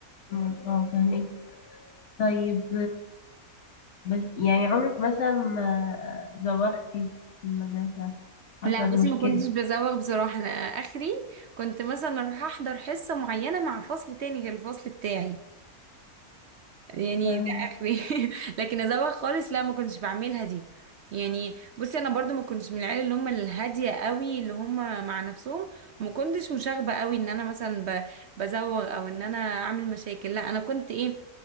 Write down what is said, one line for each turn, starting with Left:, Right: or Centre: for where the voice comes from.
Left: اه آه، فاهمك طيب بس يعني عمرك مثلا ما زوختي في المدرسه حصل
Right: لا بصي
Left: مشكله
Right: ما كنتش بزوغ بصراحة انا اخري كنت مثلا اروح احضر حصة معينة مع فصل تاني غير الفصل بتاعي يعني
Left: فاهم
Right: ده اخري <laughs> لكن ازوغ خالص لا ما كنتش بعملها دي يعني بصي انا برضو ما كنتش من العيال اللي هم الهادية قوي اللي هم مع نفسهم ما كنتش مشاغبة قوي ان انا مثلا ب- بزوغ او ان انا اعمل مشاكل لا انا كنت ايه